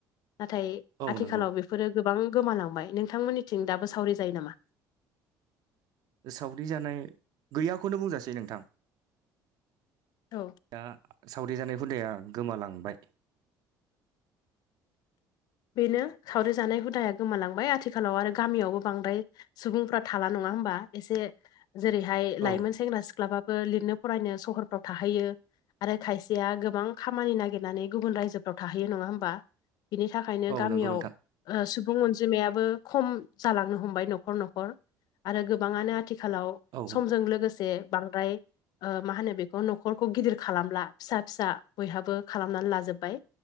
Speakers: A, on the left; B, on the right.
A: ना
B: औ
A: आथिखालाव
B: नंगौ
A: बेफोरो गोबां गोमालांबाय नोंथांमोननिथिं दाबो सावरि जायो नामा
B: सावरि जानाय गैयाखौनो बुंजासै नोंथां
A: औ
B: दा सावरि जानाय हुदाया गोमालांबाय।
A: बेनो सावरि जानाय हुदाया गोमालांबाय आथिखालाव आरो गामियावबो बांद्राय सुबुंफोरा थाला नङा होमबा एसे जेरैहाय लाइमोन
B: औ
A: सेंग्रा सिख्लाबाबो लिरनो फरायनो सहरफ्राव थाहैयो। आरो खायसेया गोबां खामानि नागिरनानै गुबुन रायजोफ्राव थाहैयो नङा होमबा। बिनि थाखायनो
B: औ
A: गामियाव
B: नंगौ नोंथां
A: सुबुं अनजिमायाबो खम जालांनो हमबाय न'खर-न'खर। आरो गोबाङानो आथिखालाव
B: औ
A: समजों लोगोसे बांद्राय ओ मा होनो बेखौ न'खरखौ गिदिर खालामब्ला फिसा-फिसा बयहाबो खालामनानै लाजोबबाय।